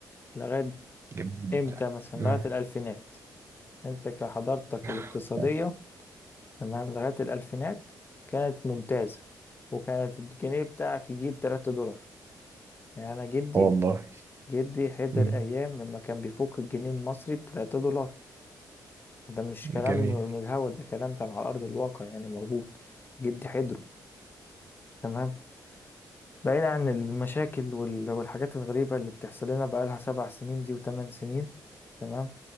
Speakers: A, on the left; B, on the right.
A: لغاية
B: جميل
A: امتى
B: جدا
A: مثلا
B: مم.
A: لغاية الألفينات انت كحضارتك الاقتصادية
B: <laughs>
A: تمام لغاية الألفينات كانت ممتازة وكانت الجنيه بتاعك يجيب تلاتة دولار يعني أنا جدي
B: والله
A: جدي حضر
B: مم.
A: أيام لما كان بيفك الجنيه المصري بتلاتة دولار ده مش كلام
B: جميل
A: من الهوا ده كلام كان على أرض الواقع يعني موجود جدي حضره تمام بعيد عن المشاكل وال- والحاجات الغريبة اللي بتحصل لنا بقالها سبع سنين دي وثمان سنين تمام